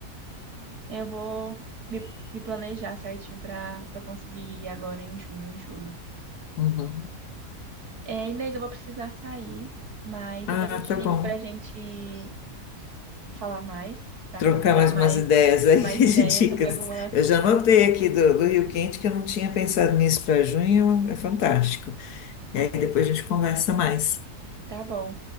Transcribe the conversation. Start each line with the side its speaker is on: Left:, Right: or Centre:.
Right: Eu vou me, me planejar certinho para para conseguir ir agora em junho, em julho.
Left: Uhum.
Right: É, Inês, eu vou precisar sair, mas
Left: Ah,
Right: depois eu te
Left: tá
Right: ligo
Left: bom.
Right: para a gente falar mais, tá?
Left: Trocar
Right: Para eu pegar
Left: mais
Right: mais
Left: umas ideias aí
Right: mais
Left: <laughs>
Right: ideias
Left: de dicas.
Right: sobre algumas.
Left: Eu já anotei
Right: algu-
Left: aqui do, do Rio Quente que eu não tinha pensado nisso para junho, é fantástico. Aí depois a gente conversa mais.
Right: Tá bom.